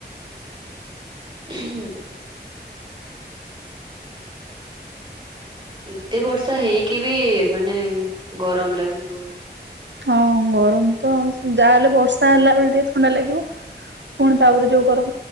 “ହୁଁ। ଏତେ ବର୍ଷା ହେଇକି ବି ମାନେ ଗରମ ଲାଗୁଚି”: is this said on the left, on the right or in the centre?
Right